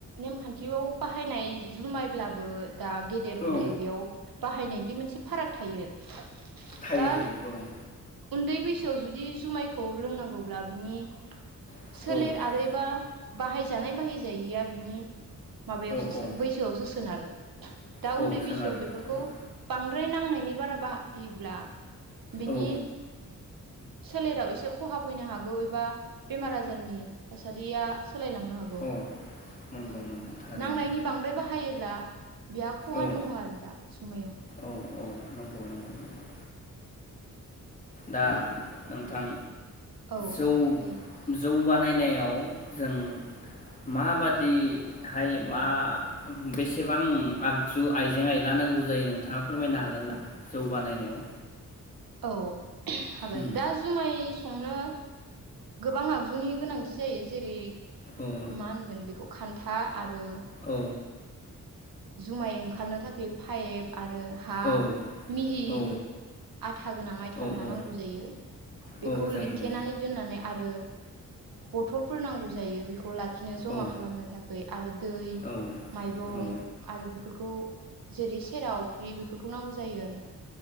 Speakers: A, on the right; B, on the left.
A: नेमखान्थियाव बाहायनाय जुमायब्लाबो दा गेदेर उन्दै
B: औ
A: बेयाव बाहायनायनि मोनसे फाराग थायो
B: थायो
A: दा
B: थायो औ
A: उन्दै बैसोआव जुदि जुमायखौ लोंनांगौ अब्ला बिनि
B: औ
A: सोलेर
B: औ
A: आरै बा बाहायजानाय बाहायजायिया बिनि माबायावसो
B: औ औ
A: बैसोआवसो सोनारो आरो दा
B: औ
A: उन्दै
B: सोनारो
A: बैसोआव बेफोरखौ
B: थारैनो
A: बां द्राय नांनायनि बारा बाहायोब्ला बिनि
B: औ
A: सोलेराव एसे खहाब फैनो हागौ एबा बेमार आजारनि थासारिया सोलायलांनो हागौ
B: औ नंगौ नंगौ थारैनो
A: नांनायनि बांद्राय बाहायोब्ला बिहा खहा
B: औ
A: दङ आरो दा समायाव
B: औ औ नंगौ नंगौ नंगौ दा नोंथां
A: औ
B: जौ
A: दे
B: जौ बानायनायाव जों माबादिहाय मा बेसेबां आगजु आइजें आइला नांगौ जायो नोंथाङा फोरमायनो हागोनना जौ बानायनायाव
A: औ हागोन
B: उम
A: दा जुमाय संनो गोबां आगजुनि गोनां थि जायो जेरै
B: औ
A: मा होनगोन बेखौ खान्था आरो
B: औ
A: जुमाय ओंखारनो थाखाय पाइप आरो हा
B: औ
A: मिहि
B: औ
A: आथा गोनां आयथाल
B: औ
A: हा
B: औ
A: नांगौ जायो बेखौ
B: औ जायो
A: लिरथेनानै
B: जायो
A: दोननानै आरो बथलफोर नांगौ जायो बे खौ लाखिनो जमा
B: औ
A: खालामनो थाखाय आरो दै
B: औ
A: माइरं
B: औ
A: आरो‌ बेफोरखौ जेरै खेरा अफ्रि बेफोरखौ नांगौ जायो आरो